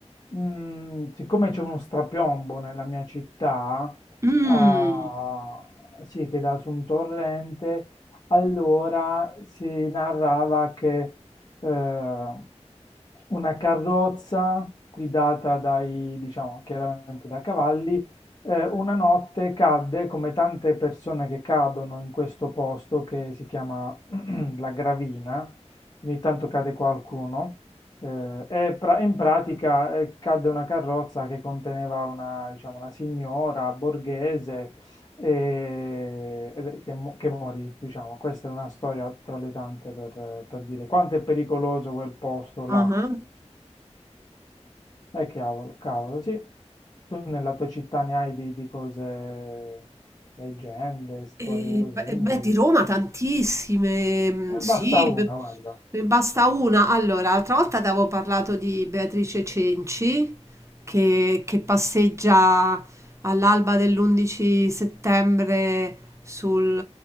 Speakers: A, on the left (about 40°); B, on the right (about 25°).
A: mm, siccome c'è uno strapiombo nella mia città,
B: Mm.
A: ah, sì, che dà su un torrente, allora si narrava che eh, una carrozza guidata dai, diciamo, chiaramente da cavalli. eh, una notte cadde, come tante persone che cadono in questo posto che si chiama <clears throat> La Gravina, ogni tanto cade qualcuno. eh, e pra- in pratica eh, cadde una carrozza che conteneva una, diciamo, una signora borghese e, ed è- che, mo- che morì, diciamo. Questa è una storia tra le tante per, per dire quanto è pericoloso quel posto
B: Ah
A: là.
B: ah.
A: Eh, cavolo, cavolo, sì. Tu nella tua città ne hai di, di cose, leggende, storie
B: Ehm,
A: verosimili.
B: beh ehm, beh, di Roma tantissime, mhmm,
A: Ne
B: sì,
A: basta una,
B: b
A: guarda.
B: ne basta una. Allora, l'altra volta t'avevo parlato di Beatrice Cenci, che che passeggia all'alba dell'11 settembre sul